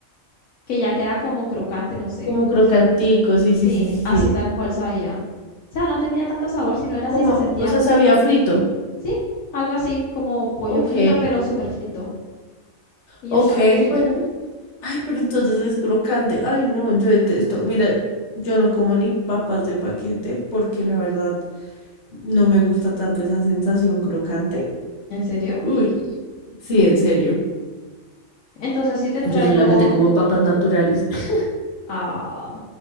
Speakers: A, on the left; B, on the left.
A: que ya queda como crocante, no sé.
B: como crocantico, sí, sí,
A: Sí,
B: sí, sí,
A: así
B: sí.
A: tal cual sabía. O sea, no tenía tanto sabor, sino era así,
B: Como,
A: se sentía,
B: o sea, sabía frito.
A: sí, algo así, como pollo
B: Ok,
A: frito, pero súper frito. Y
B: ok,
A: ya estaba como que,
B: bueno. Ay, pero entonces es crocante. Ay, no, yo detesto. Mira, yo no como ni papas de paquete porque la verdad no me gusta tanto esa sensación crocante.
A: ¿en serio?
B: Uy, sí, en serio.
A: Entonces sí te traigo,
B: Yo solamente como papas naturales. <laughs>
A: ah,